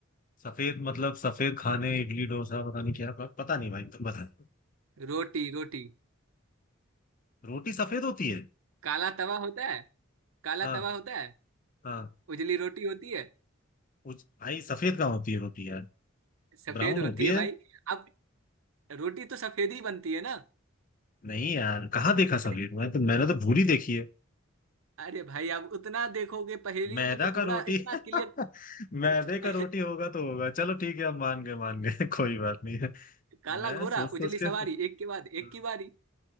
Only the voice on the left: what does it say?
सफेद मतलब सफेद खाने इडली डोसा पता नहीं क्या प- पता नहीं भाई तुम बता
रोटी सफेद होती है
हाँ
हाँ
उज, भाई सफेद कहाँ होती है रोटी यार
ब्राउन
होती
है
नहीं यार कहाँ देखा सफेद
मैं तो मैंने तो भूरी देखी है
मैदा
का
रोटी
<laughs> मैदे
का रोटी होगा तो होगा चलो ठीक है हम मान गए मान गए <laughs> कोई बात नहीं है
मैं
सोच सोच
के
हाँ